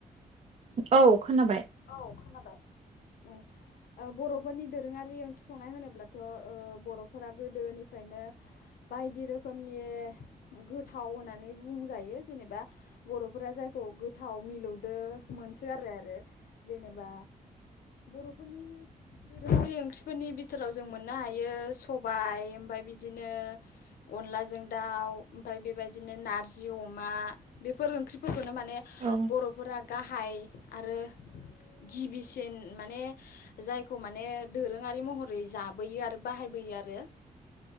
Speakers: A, on the right (about 45°); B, on the left (about 85°).
A: औ खोनाबाय
B: औ खोनाबाय औ ओ बर'फोरनि दोरोङारि ओंख्रि संनाय होनोब्लाथ' ओ बर'फोरा गोदोनिफ्रायनो बायदि रोखोमनि गोथाव होननानै बुंजायो जेनेबा बर'फोरा जायखौ गोथाव मिलौदो मोनसो आरो आरो जेनेबा बर'फोरनि दोरोङारि ओंख्रिफोरनि बिथोराव जों मोननो हायो सबाय ओमफ्राय बिदिनो अनलाजों दाउ ओमफ्राय बेबायदिनो नारजि अमा बेफोर ओंख्रिफोरखौनो मान माने
A: औ
B: बर'फोरा गाहाय आरो गिबिसिन माने जायखौ माने दोरोङारि महरै जाबोयो आरो बाहायबोयो आरो